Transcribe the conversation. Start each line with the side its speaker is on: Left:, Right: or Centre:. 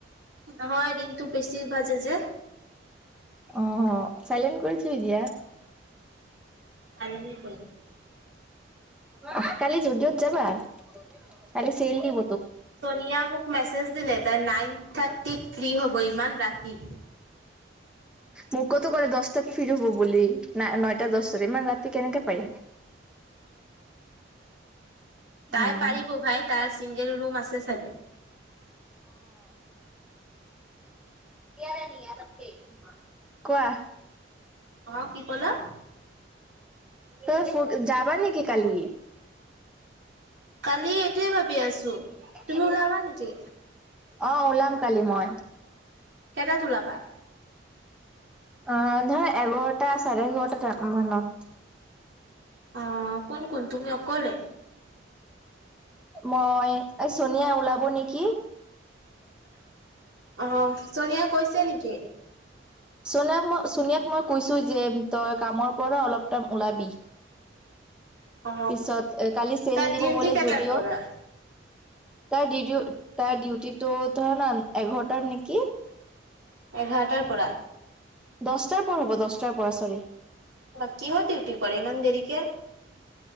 Right: নহয় দিনটো বেছি বাজে যে
Centre: অ চাইলেণ্ট কৰি থি দতিিয়া
Right: কালিলৈ কৰিম।
Centre: ক কালি যদিঅ'ত যাবা কালি চেল দিব
Right: ছোনিয়া মোক মেছেজ দিলে তাই নাইন থাৰ্টিত ফ্ৰী হ'ব ইমান ৰাতি
Centre: মোকোতো ক'লে দহটাত ফিৰ হব বুলি ন নটাত দহটাৰে ইমান ৰাতি কেনেকে পাৰিম
Right: তাই
Centre: উম
Right: পাৰিব ভাই তাৰ চিংগল ৰুম আছে চাগে
Centre: ন কোৱা
Right: অ কি ক'লা
Centre: তই যাবা নেকি কালি
Right: কালি এইটোয়ে ভাবি আছো তুমি
Centre: ন
Right: ওলাবা নেকি
Centre: অ উলাবা কালি মই
Right: কেটাত ওলাবা
Centre: অ ধৰ এঘাৰটা চাৰে এঘাৰটা মানত
Right: অ কোন কোন তুমি অকলে
Centre: মই চোনিয়া ওলাব নেকি
Right: আহ চনিয়া কৈছে নেকি
Centre: চোনিয়াক মই ছোনিয়াক মই কৈছো যে তই কামৰ পৰা অলপ টাইম ওলাবি
Right: অ
Centre: পিছত এ কালি চেল
Right: তাত
Centre: দিব
Right: ডিউটি
Centre: বোলে
Right: কেইটাৰ
Centre: যদিও
Right: পৰা
Centre: তাৰ ডিউ তাৰ ডিউটিটো ধৰা ন এঘাৰটাৰ নেকি
Right: এঘাৰটাৰ পৰা
Centre: দছটাৰ পৰা হ'ব দহটাৰ পৰা চৰি
Right: বা কিহত ডিউটি কৰে ইমান দেৰিকে